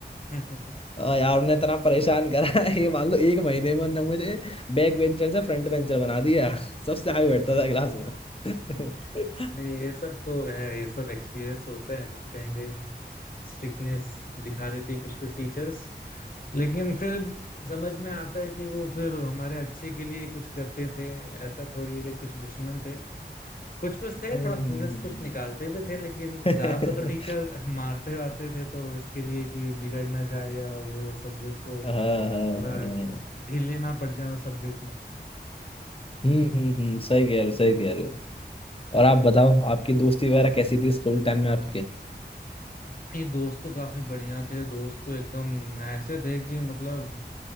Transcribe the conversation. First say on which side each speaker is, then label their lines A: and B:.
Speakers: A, on the left; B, on the left.
A: हम्म।
B: और यार उन्हें इतना परेशान करा <laughs> ये मान लो एक महीने में ना मुझे बैक बेंचर से फ्रंट बेंचर बना दिया सबसे आगे बैठता था क्लास में <laughs>
A: <laughs> नहीं ये सब तो है ये सब एक्सपीरियंस होते हैं कहीं कहीं स्ट्रिक्टनेस दिखा देती कुछ कुछ टीचर्स लेकिन फिर समझ में आता है कि वो फिर हमारे अच्छे के लिए कुछ करते थे ऐसा थोड़ी है कि कुछ दुश्मन थे कुछ कुछ थे
B: हम्म।
A: थोड़ा खुन्नस कुछ निकालते भी थे लेकिन
B: हाँ
A: ज्यादातर तो टीचर <laughs> मारते वारते थे तो इसके लिए कि बिगड़ ना जाए या वो सब्जेक्ट को
B: हाँ हाँ।
A: थोड़ा ढीले ना पड़ जाए उस सब्जेक्ट में
B: हम्म हम्म हम्म सही कह रहे हो सही कह रहे हो और आप बताओ आपकी दोस्ती वगैरह कैसी थी स्कूल टाइम में आपके
A: नहीं दोस्त तो काफी बढ़िया थे दोस्त तो एकदम ऐसे थे कि मतलब